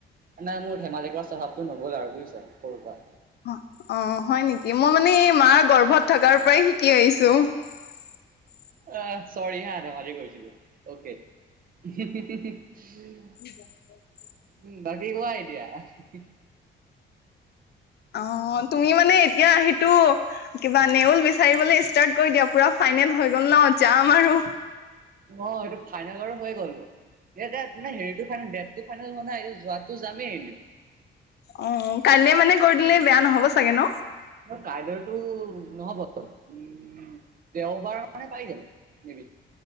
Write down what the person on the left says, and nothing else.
অঁ, অঁ হয় নেকি? মই মানে এই মাৰ গৰ্ভত থকাৰ পৰাই শিকি আহিছো। <unintelligible>
<unintelligible>
অঁ, তুমি মানে এতিয়া সেইটো কিবা নেউল বিচাৰিবলে ষ্টাৰ্ট কৰি দিয়া পুৰা ফাইনেল হৈ গ'ল ন যাম আৰু
উম, কাইলে মানে গৈ দিলে বেয়া নহ'ব চাগে ন,